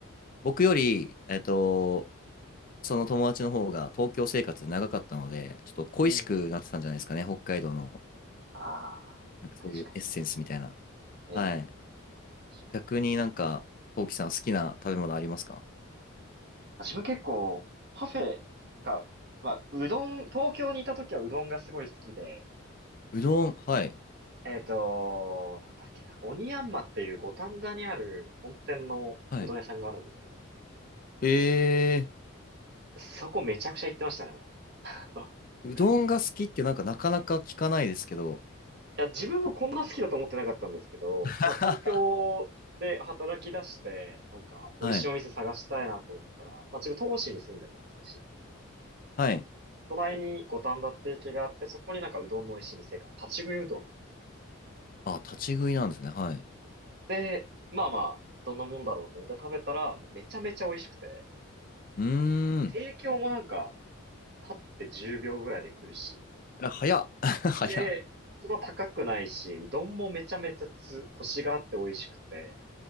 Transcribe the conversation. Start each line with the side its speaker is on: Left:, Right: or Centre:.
Left: 僕より、えっと、その友達の方が東京生活長かったので、ちょっと恋しくなってたんじゃないですかね、
Right: うん。
Left: 北海道の、
Right: あ
Left: なんかそういうエッセンスみたいな。
Right: あ、確かに。
Left: はい。
Right: ええ、確かに。
Left: 逆になんか、こうきさん好きな食べ物ありますか
Right: 自分結構、パフェが、まあ、うどん、東京にいた時はうどんがすごい好きで、
Left: うどん、はい。
Right: えっと、なんだっけな、鬼ヤンマっていう五反田にある本店のうどん屋さんがあるんですけど、
Left: はい。え
Right: そこめちゃくちゃ行ってましたね、もう。<laughs> なんか
Left: ー、うどんが好きってなんかなかなか聞かないですけど、
Right: いや、自分もこんな好きだと思ってなかったんですけど、
Left: <laughs> は
Right: まあ東京で働き出して、なんか美味しいお店探したいなと思ったら、
Left: い。
Right: まあ自分戸越に住んでたんで、市内の。
Left: はい。
Right: 隣に五反田って駅があって、そこになんかうどんの美味しい店が、立ち食いうどんの。
Left: あ、立ち食いなんですね。はい。
Right: で、まあまあ、どんなもんだろうと思って食べたら、もうめちゃめちゃ美味しくて、
Left: うーん。
Right: 提供もなんか、立って10秒ぐらいで来るし、
Left: あ早っ。<laughs> 早っ。
Right: で、そんな高くないし、うどんもめちゃめちゃつ、コシがあって美味しくて、